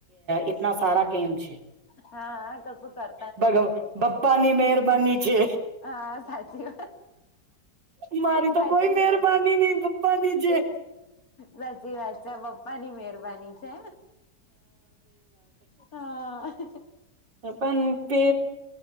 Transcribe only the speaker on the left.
હા કસું કર
હા સાચી
સાચી
વાત છે
સાચી વાત ચ પપ્પા ની મરબાની છે હ